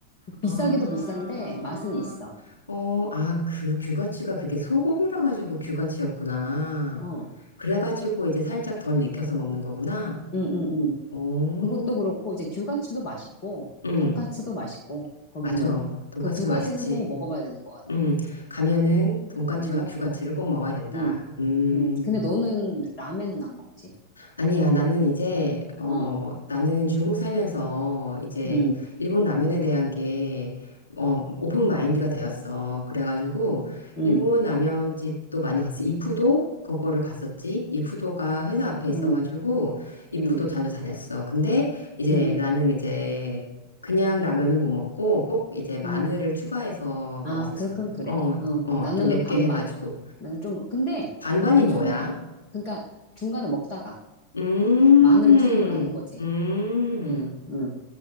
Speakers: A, on the left (about 70°); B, on the left (about 40°).
A: 아.
B: 비싸기도 비싼데 맛은 있어.
A: 어, 아, 그 규가치가 그게 소고기라 가지고 규가치였구나.
B: 어,
A: 그래 가지고 이제 살짝 덜 익혀서 먹는 거구나.
B: 응, 응, 응.
A: 오.
B: 그것도 그렇고 이제 규가츠도 맛있고
A: 응.
B: 돈까츠도 맛있고 거기는
A: 맞아. 돈까스도
B: 그 두 가지는
A: 맛있지.
B: 꼭 먹어봐야 되는 것 같아.
A: 음 가면은 돈까츠와
B: 음,
A: 규가치를 꼭 먹어야 된다.
B: 음,
A: 음.
B: 음. 근데 너는 라멘은 안 먹지?
A: 아니야, 나는 이제, 어,
B: 응,
A: 나는 중국 살면서 이제
B: 응,
A: 일본 라면에 대한 게, 어, 오픈 마인드가 되었어. 그래가지고,
B: 응,
A: 일본 라면집도 많이 갔어. 이푸도? 그거를 갔었지. 이푸도가 회사 앞에 있어가지고,
B: 응,
A: 이푸도
B: 응,
A: 자주 다녔어. 근데 이제
B: 응,
A: 나는 이제, 그냥 라면은 못 먹고, 꼭 이제 마늘을
B: 응.
A: 추가해서
B: 아,
A: 먹었었어.
B: 그럴 건 그래.
A: 어,
B: 어,
A: 어,
B: 나는
A: 좀 맵게
B: 반반.
A: 해가지고.
B: 난 좀, 근데
A: 반반이
B: 요즘에,
A: 뭐야?
B: 그러니까 중간에 먹다가
A: 음,
B: 마늘 투입을 하는 거지.
A: 음.
B: 응, 응.